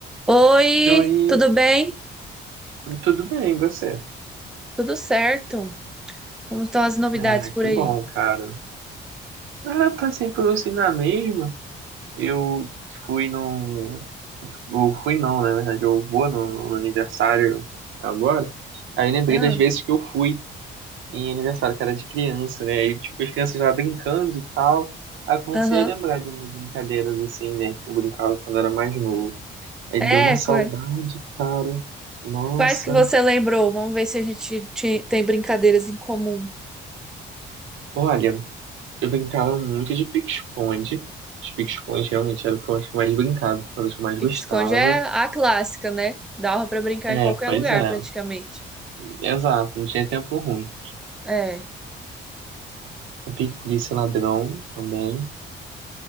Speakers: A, in the centre; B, on the right.
A: Oi,
B: Oi,
A: tudo bem?
B: tudo bem, e você?
A: Tudo certo? Como estão as novidades
B: Ah,
A: por
B: que
A: aí?
B: bom, cara. Ah, tá sempre tudo assim na mesma. Eu fui num. Eu fui não, na verdade, eu vou no, no aniversário agora. Aí eu lembrei
A: Ah,
B: das vezes que eu fui em aniversário, que era de criança, né? Aí, tipo, as crianças lá brincando e tal. Aí eu comecei
A: aham.
B: a lembrar de umas brincadeiras assim, né? Que eu brincava quando era mais novo. Aí
A: É,
B: deu uma saudade,
A: qua-
B: cara. Nossa.
A: quais que você lembrou? Vamos ver se a gente ti- tem brincadeiras em comum.
B: Olha. Eu brincava muito de pique-esconde. Os pique-esconde realmente era o que eu acho que eu mais brincava, que talvez eu mais
A: Pique
B: gostava.
A: esconde é a clássica, né? Dava pra brincar
B: É,
A: em qualquer
B: pois
A: lugar,
B: é.
A: praticamente.
B: Exato, não tinha tempo ruim.
A: É,
B: O pique-polícia ladrão também.